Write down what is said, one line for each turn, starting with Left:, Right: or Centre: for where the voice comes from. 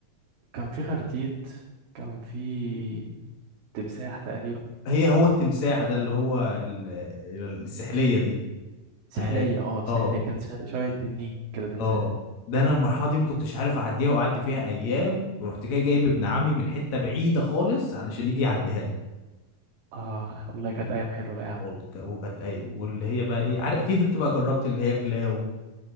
Right: كان في خرتيت كان في تمساح تقريبا
Left: هي هو التمساح ده اللي هو ال- ال- السحلية دي
Right: سحلية
Left: اه
Right: اه سحلية
Left: اه
Right: كان شبه شبه التنين كده تمساح
Left: آه. ده انا المرحلة دي ما كنتش عارف اعديها وقعدت فيها ايام ورحت جاي جايب ابن عمي من حتة بعيدة خالص علشان يجي يعديها لي
Right: اه والله كانت أيام حلوة يا عم
Left: وال- ك- وكانت اي واللي هي بقى ايه عارف اكيد انت بقى جربت اللي هي كلاو